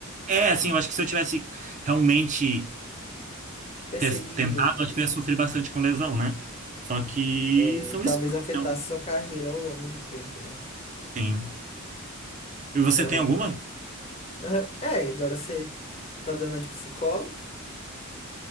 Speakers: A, on the right; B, on the left.
A: É, assim, eu acho que se eu tivesse realmente
B: perseguido.
A: ter tentado, acho que eu ia sofrer bastante com lesão, né? Só que
B: É,
A: são
B: e talvez
A: escolhas,
B: afetasse
A: então,
B: sua carreira ao longo do tempo, né?
A: sim. E você
B: Não,
A: tem
B: realmente.
A: alguma?
B: Aham. É, agora você tá dando de psicólogo?